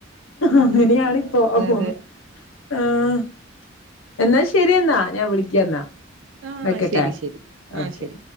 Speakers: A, on the right (about 65°); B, on the left (about 85°).
A: ആ
B: ആങ്ങനെയാണിപ്പോ,
A: അതെ
B: ഓ
A: അതെ
B: ഓ ആഹ്, എന്നാ ശരിയെന്നാ ഞാൻ വിളിക്ക്യന്നാ
A: ആ
B: വെക്കട്ടെ,
A: ശരി ശരി ആ
B: ഓക്കെ.
A: ശരി